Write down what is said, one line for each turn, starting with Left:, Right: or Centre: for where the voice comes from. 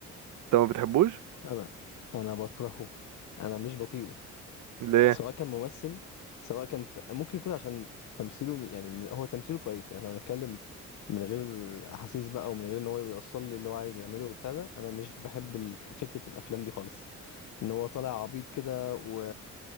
Right: انت ما بتحبوش
Left: انا انا بكرهه انا مش بطيقه
Right: ليه
Left: سواء كان ممثل سواء كان ف... ممكن يكون عشان تمثيله يعني بالن- هو تمثيله كويس احنا لو نتكلم من غير احاسيس بقى ومن غير ان هو يوصل لي اللي هو عايز يعمله وبتاع ده انا مش بحب ال- فكره الافلام دي خالص ان هو طالع عبيط كده و...